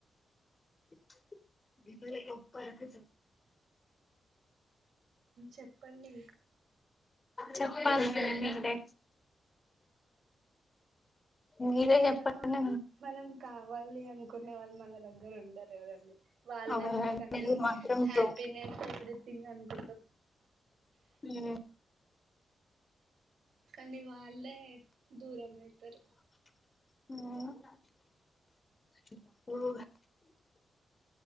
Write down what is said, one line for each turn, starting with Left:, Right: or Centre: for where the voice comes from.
Left: <inaudible>
Right: చెప్పండి ఇంకా
Left: చెప్పాల్నే ముందే మీరే
Right: ఇగో
Left: చెప్పండి
Right: మనం కావాలి అనుకునే వాళ్ళు మన దగ్గర ఉండరు కదండి వాళ్ళే
Left: అవునండి
Right: మనకి అన్ని
Left: ఇది మాత్రం
Right: హ్యాపీనెస్
Left: ట్రూ
Right: ఎవ్రీథింగ్ అనుకుంటాం
Left: ఉ
Right: కానీ వాళ్ళే దూరం అయితరు
Left: <inaudible>